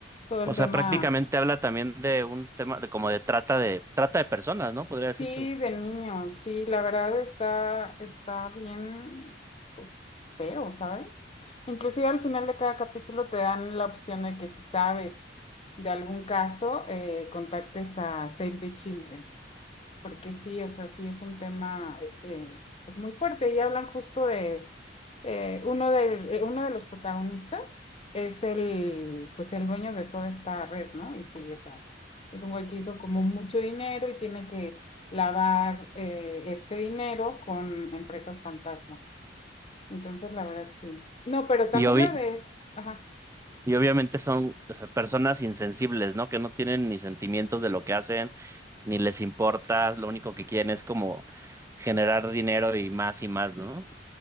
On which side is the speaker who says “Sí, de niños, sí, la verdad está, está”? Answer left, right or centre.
Left